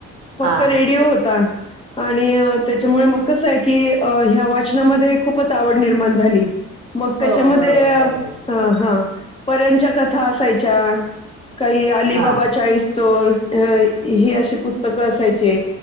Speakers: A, on the left; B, on the right.
A: फक्त
B: हा
A: रेडिओ होता. आणि त्याच्यामुळे मग कसं आहे की ह्या वाचनामध्ये खूपच आवड निर्माण झाली. मग त्याच्यामध्ये.
B: हो हो बरोबर काय करा
A: हा परच्या कथा असायच्या. काही अलीबाबा
B: हा
A: चाळीस. <unintelligible> ही अशी पुस्तकं असतात. खायचे.